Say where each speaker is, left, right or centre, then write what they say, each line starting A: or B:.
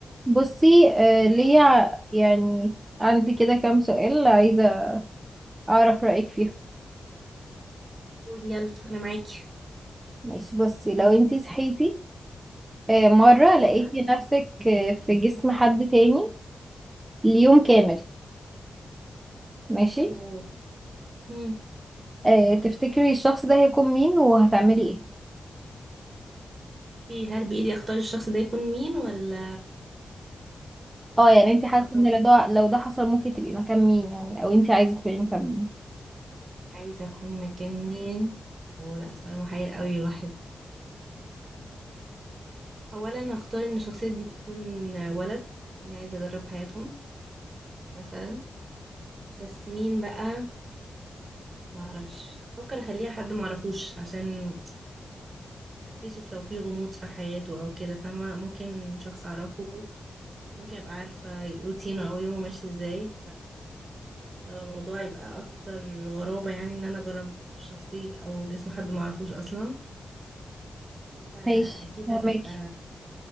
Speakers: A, on the right; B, on the right.
A: بصي آه ليا يعني عندي كده كام سؤال عايزة أعرف رأيك فيهم
B: قول يلا انا معاكي
A: ماشي بصي لو انتي صحيتي آه مرة لقيتي
B: ايوه
A: نفسك آه في جسم حد تاني ليوم كامل ماشي
B: اوه مم.
A: آه تفتكري الشخص ده هيكون مين وهتعملي ايه
B: ايه هل بايدي اختار الشخص ده يكون مين ولا
A: اه يعني انتي
B: انا
A: حاسة
B: اتوقع
A: ان لو ده لو ده حصل ممكن تبقي مكان مين يعني او انتي عايزة تكوني مكان مين
B: عايزه اكون مكان مين اوه لا سؤال محير قوي الواحد اولا هختار ان الشخصيه دي تكون ولد يعني عايزه اجرب حياتهم مثلا بس مين بقى معرفش فكر اخليها حد معرفوش عشان اكتشف لو في غموض في حياته او كده فاهمه ممكن شخص اعرفه ممكن ابقى عارفه روتينه او يومه ماشي ازاي لو الموضوع يبقى اكتر غرابة يعني ان انا اجرب في شخصية او جسم حد معرفوش اصلا فاكيد
A: ماشي فهماكي
B: هتبقى